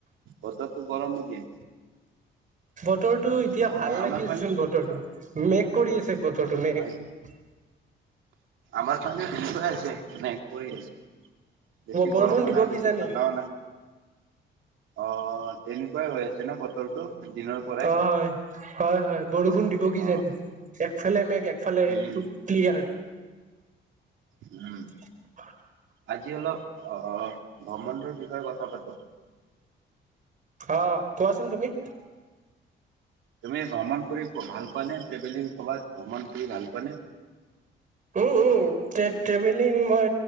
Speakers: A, on the right (about 80°); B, on the right (about 40°).
A: বতৰতো গৰম নেকি?
B: বতৰটো এতিয়া
A: অ
B: ভাল
A: আমাৰ
B: লাগি আছে
A: পানে
B: চোন বতৰটো মেক কৰি আছে। বতৰটো মেক।
A: হয় আমাৰ ফালেও সেনেকোৱাই আছে মেক কৰি আছে। বেছি
B: বৰষুণ
A: গৰমো
B: দিব
A: নাই,
B: কিজানি
A: বেছি ঠাণ্ডাও নাই। অ তেনেকুৱাই হৈ আছে ন বতৰটো। দিনৰ পৰাই।
B: অ হয় হয় হয় বৰষুণ দিব
A: অ
B: কিজান একফালে মেঘ এক ফালে
A: উম
B: ক্লিয়াৰ।
A: উম!
B: হয়।
A: আজি অলপ আহ ভ্ৰমণটোৰ বিষয়ে কথা পাতো।
B: আহ কোৱাচোন তুমি।
A: তুমি ভ্ৰমণ কৰি ভাল পোৱা নে ট্ৰেভেলিং কৰাত ভ্ৰমণ কৰি ভাল পোৱা।
B: উম উম তে ট্ৰেভেলিং মই